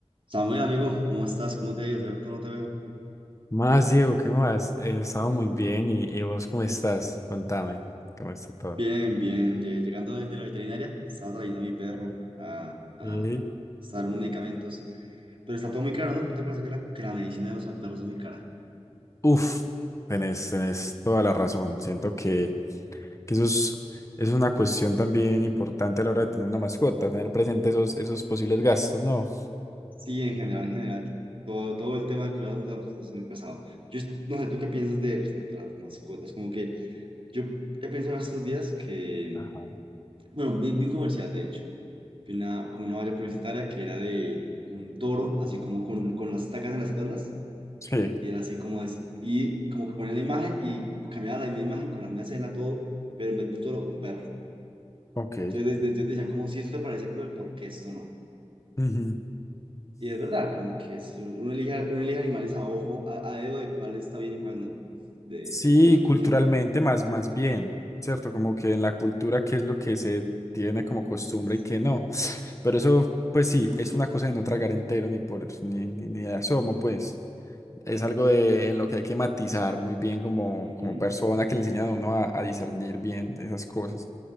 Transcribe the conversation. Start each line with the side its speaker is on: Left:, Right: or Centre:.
Right: Samuel, amigo, ¿cómo estás? ¿Cómo te ha ido? Hace rato no te veo.
Left: Más, Diego, ¿qué más? He estado muy bien y, y vos ¿cómo estás? Contame, ¿cómo está todo?
Right: Bien, bien. lle- Llegando desde la veterinaria, estaba trayendo a mi perro a, a
Left: Y
Right: usar unos medicamentos. Pero está todo muy caro, ¿no? ¿No te parece que la, que la medicina de los perros es muy cara?
Left: Uf, tenés, tenés toda la razón. Siento que, que eso es, es una cuestión también importante a la hora de tener una mascota, tener presente esos, esos posibles gastos, ¿no?
Right: Sí, en general, en general. Todo, todo el tema del cuidado de los perros es muy pesado. Yo es- no sé, ¿tú qué piensas de respecto a las mascotas? Como que yo he pensado estos días que...
Left: Ajá.
Right: Bueno, vi, vi un comercial, de hecho. Vi una, como una valla publicitaria que era de un toro, así como con, con las tacas en las espaldas
Left: Sí,
Right: Y era así como es. Y como que ponían la imagen y cambiaba la misma imagen con la misma escena, todo, pero en vez de un toro, un perro.
Left: ok.
Right: Entonces, desde, entonces decían como, si esto te parece cruel, ¿por qué esto no?
Left: Ujú.
Right: Y es verdad, como que es- uno elige, uno elige animales a ojo, a, a dedo de cuál está bien y cuál no, de
Left: Sí,
Right: a cuál
Left: culturalmente
Right: proteger.
Left: más, más bien, ¿cierto? Como que en la cultura, ¿qué es lo que se tiene como costumbre
Right: Sí.
Left: y qué no? Pero eso, pues sí, es una cosa de no tragar entero ni por ni, ni, ni de asomo, pues. Es algo de, en lo que hay que matizar muy bien como,
Right: ujú.
Left: como persona que le enseñan a uno a, a discernir bien esas cosas.